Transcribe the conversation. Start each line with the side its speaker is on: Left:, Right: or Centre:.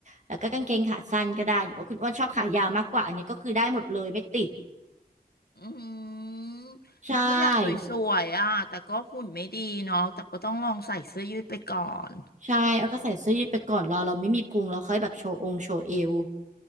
Right: แล้วก็กางเกงขาสั้นก็ได้หรือว่าคุณอ้วนชอบขายาวมากกว่าอันนี้ก็คือได้หมดเลยไม่ติด
Left: อืม
Right: ใช่
Left: แต่ก็อยากสวยๆอ่ะแต่ก็หุ่นไม่ดีเนาะแต่ก็ต้องลองใส่เสื้อยืดไปก่อน
Right: ใช่เอาก็ใส่เสื้อยืดไปก่อนรอเราไม่มีพุงเราค่อยแบบโชว์องค์โชว์เอว